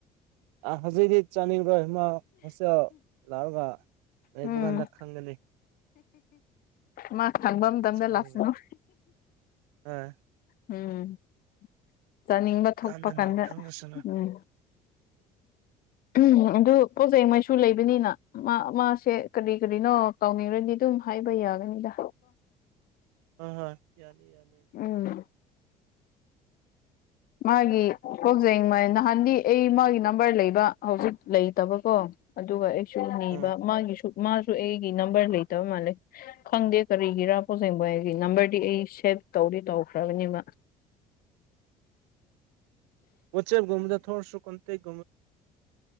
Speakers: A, on the right; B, on the left.
A: ꯑ ꯍꯧꯖꯤꯛꯗꯤ ꯆꯅꯤꯡꯑꯣꯏ ꯃꯥ ꯍꯣꯏꯇꯦꯜ ꯂꯥꯛꯑꯒ ꯂꯩꯕ
B: ꯎꯝ
A: ꯀꯥꯟꯗ ꯈꯪꯒꯅꯤ
B: ꯃꯥ ꯁꯪꯕ ꯃꯇꯝꯗ
A: ꯆꯥꯅꯤꯡꯕ꯭ꯔꯥ
B: ꯂꯥꯛꯁꯅꯨ
A: ꯑꯥ
B: ꯎꯝ ꯆꯥꯅꯤꯡꯕ
A: ꯗꯨꯀꯥꯟꯗꯅ
B: ꯊꯣꯛꯄ ꯀꯥꯟꯗ
A: ꯈꯪꯂꯁꯅꯨ
B: ꯎꯝ
A: <unintelligible>
B: ꯎꯝ ꯑꯗꯨ ꯄꯣꯠꯖꯦꯛ ꯃꯩꯁꯨ ꯂꯩꯕꯅꯤꯅ ꯃꯥ ꯃꯥꯁꯦ ꯀꯔꯤ ꯀꯔꯤꯅꯣ ꯇꯧꯅꯤꯡꯔꯗꯤ ꯑꯗꯨꯝ ꯍꯥꯏ ꯕꯩ ꯌꯥꯒꯅꯤꯗ
A: <unintelligible>
B: ꯎꯝ ꯃꯥꯒꯤ ꯀꯣꯛꯖꯩꯃꯩꯅ ꯍꯥꯟꯗꯤ ꯑꯩ ꯃꯥꯒꯤ ꯅꯝꯕꯔ ꯂꯩꯕ ꯍꯧꯖꯤꯛ ꯂꯩꯇꯕꯀꯣ ꯑꯗꯨꯒ ꯁꯨ ꯅꯤꯕ
A: ꯎꯝ
B: ꯃꯥꯒꯤꯁꯨ ꯃꯥꯁꯨ ꯑꯩꯒꯤ ꯅꯝꯕꯔ ꯂꯩꯇꯕ ꯃꯥꯜꯂꯦ ꯈꯪꯗꯦ ꯀꯔꯤꯒꯤꯔꯥ ꯄꯣꯖꯦꯡꯕ ꯑꯩꯒꯤ ꯅꯝꯕꯔꯗꯤ ꯑꯩ ꯁꯦꯞ ꯇꯧꯔꯤ ꯇꯧꯈ꯭ꯔꯕꯅꯤꯕ
A: <unintelligible> ꯋꯥꯆꯦꯞꯀꯨꯝꯕꯗ ꯊꯣꯛꯑꯁꯨ ꯀꯣꯟꯇꯦꯛ